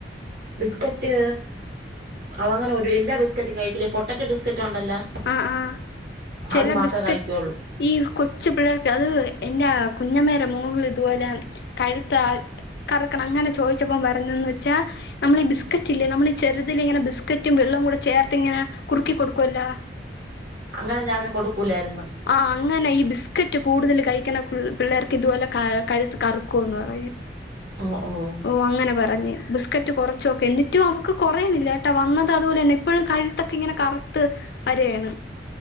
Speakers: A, on the right (about 55°); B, on the left (about 60°).
A: ബിസ്ക്കറ്റ് അവൻ അങ്ങനെ ഒരു എല്ലാ ബിസ്ക്കറ്റും കഴിക്കില്ല പൊട്ടറ്റോ ബിസ്ക്കറ്റ് ഉണ്ടല്ലോ
B: ആഹ് ആഹ് ചെല
A: അത് മാത്രേ
B: ബിസ്കറ്റ്
A: കഴിക്കുള്ളൂ
B: ഈ കൊച്ചു പിള്ളേർക്ക് അത് എന്റെ കുഞ്ഞമ്മേര മോള് ഇത്പോലെ കഴുത്ത് കറുക്കണ് അങ്ങനെ ചോയിച്ചപ്പം പറഞ്ഞേന്ന് വെച്ചാ നമ്മള് ഈ ബിസ്ക്കറ്റ് ഇല്ലേ നമ്മള് ഈ ചെറുതിലേ ഇങ്ങന ബിസ്ക്കറ്റും വെള്ളവും കൂടെ ചേർത്ത് ഇങ്ങനെ കുറുക്കിക്കൊടുക്കുവല്ലോ
A: അങ്ങനെ ഞാൻ അവന് കൊടുക്കൂലായിരുന്നു
B: ആ അങ്ങനെ ഈ ബിസ്ക്കറ്റ് കൂടുതല് കഴിക്കണ പിള്ളേർക്ക് ഇത്പോലെ കഴുത്ത് കറുക്കോന്ന് പറയും
A: ആഹ് ആഹ്
B: ഓ അങ്ങനെ പറഞ്ഞ് ബിസ്ക്കറ്റ് കൊറൊച്ചോക്ക് എന്നിട്ടും അവക്ക് കൊറയണില്ലട്ടൊ വന്നത് അതുപോലന്നെ ഇപ്പഴും കഴുത്തൊക്കെ ഇങ്ങനെ കറുത്ത് വരേണ്